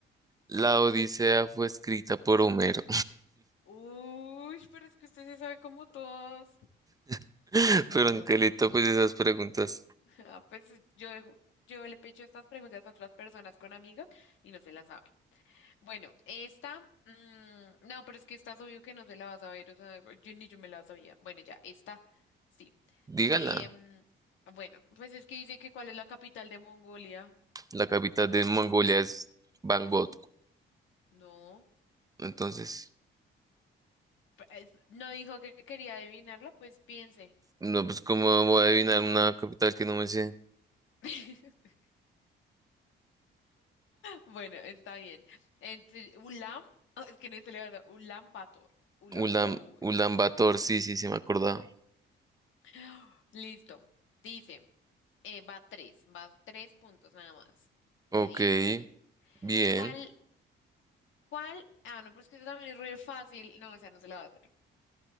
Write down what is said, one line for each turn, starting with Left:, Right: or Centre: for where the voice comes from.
Right: La Odisea fue escrita por Homero.
Left: Uy, pero es que usted se sabe como todos.
Right: <laughs>
Left: Bueno,
Right: Pero Angelita, pues esas preguntas,
Left: <laughs> ah, pues yo, dejo- yo le pecho estas preguntas a otras personas con amigos y no se las saben. Bueno, esta, mm, no, pero es que esta es obvio que no se la va a saber, o sea, yo ni yo me la sabía. Bueno, ya, esta, sí.
Right: dígala.
Left: Em, bueno, pues es que dice que cuál es la capital de Mongolia.
Right: La capital de Mongolia es Bangkok.
Left: No.
Right: Entonces,
Left: es- no dijo que quería adivinarla, pues piense.
Right: no, pues cómo voy a adivinar una capital que no me sé.
Left: <laughs> Bueno, está bien. Entonces, Ulam, <laughs> oh, es que no se le va a dar, Ulam Bator. Ulam
Right: Ulan,
Left: Bator.
Right: Ulan Bator, sí, sí, se me acordaba.
Left: <gasps> Listo. Dice, eh, va tres, va tres puntos nada más de
Right: Ok,
Left: diez.
Right: bien.
Left: ¿Cuál, cuál? Ah, no, pues que eso también es re fácil. No, esa no se la va a hacer.